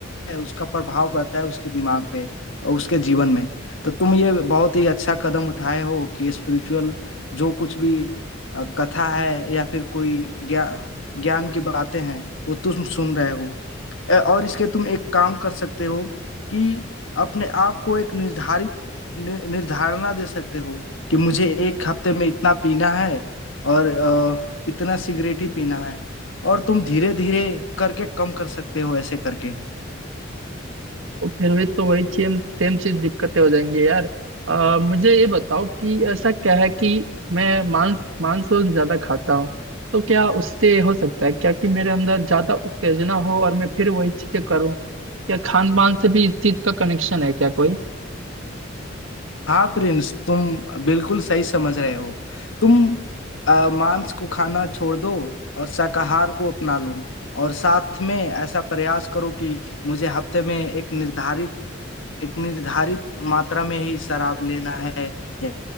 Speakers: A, on the left; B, on the right.
A: है, उसका प्रभाव पड़ता है उसके दिमाग पे और उसके जीवन में तो तुम ये बहुत ही अच्छा कदम उठाए हो कि स्पिरिचुअल जो कुछ भी अ, कथा है या फिर कोई ज्ञा ज्ञान की बातें हैं वो तुम सुन रहे हो अ, और इसके तुम एक काम कर सकते हो कि अपने आप को एक निर्धारित नि- निर्धारणा दे सकते हो कि मुझे एक हफ्ते में इतना पीना है और अ, इतना सिगरेट ही पीना है और तुम धीरे धीरे करके कम कर सकते हो ऐसे करके
B: तो फिर भी तो वही सेम सेम चीज दिक्कतें हो जाएंगी यार अ, मुझे ये बताओ कि ऐसा क्या है कि मैं मांस मांस और ज्यादा खाता हूँ तो क्या उससे हो सकता है क्या कि मेरे अंदर ज्यादा उत्तेजना हो और मैं फिर वही चीजें करूँ क्या खान पान से भी इस चीज का कनेक्शन है क्या कोई
A: हाँ प्रिंस तुम बिल्कुल सही समझ रहे हो तुम अ, मांस को खाना छोड़ दो और शाकाहार को अपना लो और साथ में ऐसा प्रयास करो कि मुझे हफ्ते में एक निर्धारित एक निर्धारित मात्रा में ही शराब लेना है या